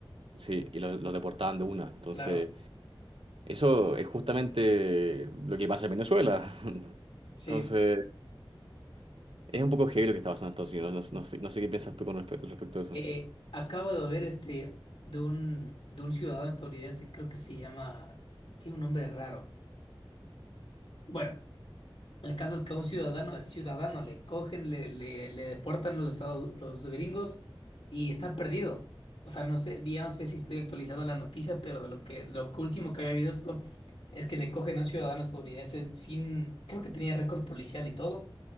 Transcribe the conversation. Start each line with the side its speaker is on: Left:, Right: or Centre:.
Right: sí, y los, los deportaban de una. Entonces,
Left: claro,
Right: eso es justamente lo que pasa en Venezuela. <laughs>
Left: sí.
Right: Entonces, es un poco heavy lo que está pasando en Estados Unidos. No, no sé, no sé qué piensas tú con respecto, respecto a eso.
Left: Eh, acabo de ver este de un, de un ciudadano estadounidense, creo que se llama, tiene un nombre raro. Bueno, El caso es que a un ciudadano, ciudadano le cogen, le, le, le deportan los estados, los gringos y está perdido. O sea, no sé, ya no sé si estoy actualizado a la noticia, pero de lo que, lo que último que había habido esto es que le cogen a un ciudadano estadounidense sin, creo que tenía récord policial y todo,